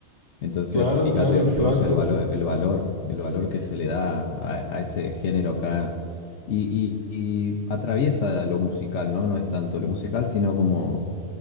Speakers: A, on the left (about 90°); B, on the left (about 40°).
A: Entonces,
B: claro,
A: fíjate
B: claro, el flaco.
A: vos el valor, el valor, el valor que se le da a, a ese género acá. Y, y y atraviesa lo musical, ¿no? No es tanto lo musical, sino como